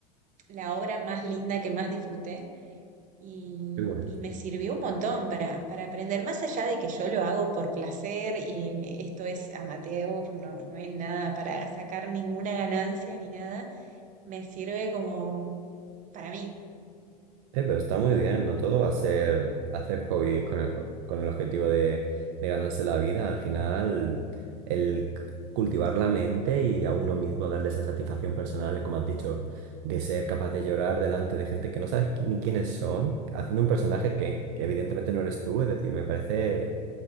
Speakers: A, on the right; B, on the right.
A: la obra más linda que más disfruté y,
B: Qué bueno.
A: y me sirvió un montón para, para aprender, más allá de que yo lo hago por placer y esto es amateur, no, no es nada para sacar ninguna ganancia ni nada, me sirve como para mí.
B: Eh, pero está muy bien, no todo va a ser hacer hobbies con el, con el objetivo de, de ganarse la vida. Al final, el c- cultivar la mente y a uno mismo darle esa satisfacción personal, como has dicho, de ser capaz de llorar delante de gente que no sabes qui- ni quiénes son, haciendo un personaje que, que evidentemente no eres tú, es decir, me parece